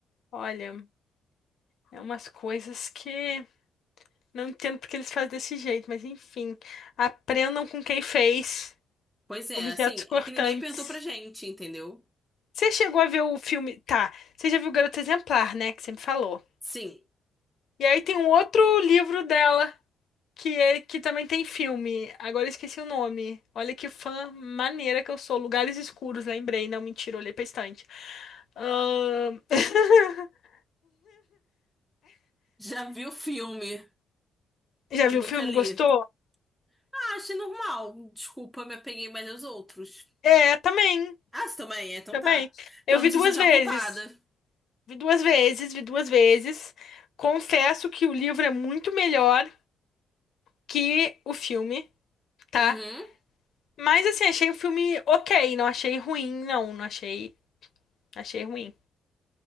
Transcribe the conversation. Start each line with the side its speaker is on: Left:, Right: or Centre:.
Left: Olha, é umas coisas que não entendo porque eles fazem desse jeito, mas enfim. Aprendam com quem fez
Centre: Pois é,
Left: objetos
Centre: assim,
Left: cortantes.
Centre: é que ninguém perguntou pra gente, entendeu?
Left: Você chegou a ver o filme. Tá, você já viu Garota Exemplar, né? Que você me falou.
Centre: Sim,
Left: E aí tem um outro livro dela. Que, é, que também tem filme. Agora eu esqueci o nome. Olha que fã maneira que eu sou. Lugares Escuros, lembrei. Não, mentira, olhei pra estante. Ahn, <laughs>
Centre: já vi o filme,
Left: Já
Centre: nunca
Left: viu o filme?
Centre: li.
Left: Gostou?
Centre: Ah, achei normal. Desculpa, me apeguei mais aos outros.
Left: É, também.
Centre: Ah, você também? é, Então
Left: Também.
Centre: tá. Então
Left: Eu vi
Centre: me
Left: duas
Centre: senti já
Left: vezes.
Centre: culpada.
Left: Vi duas vezes, vi duas vezes. Confesso que o livro é muito melhor que o filme, tá?
Centre: Uhum.
Left: Mas assim, achei o filme ok. Não achei ruim, não. Não achei. Achei ruim.